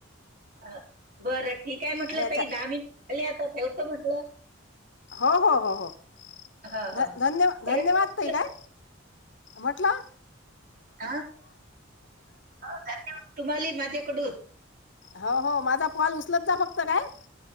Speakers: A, on the right (about 45°); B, on the left (about 65°).
A: अ बरं ठीक आहे म्हटलं
B: ह्याच्या
A: ताई दहा मिनटं झाले, आता ठेवत म्हटलं.
B: हो हो हो हो
A: हा
B: ध
A: हा
B: धन्य
A: परत
B: धन्यवाद
A: म्हटलं
B: ताई. काय? म्हटला?
A: ह हो धन्यवाद तुम्हाला ही माझ्याकडून.
B: हो हो माझा कॉल उचलत जा फक्त काय?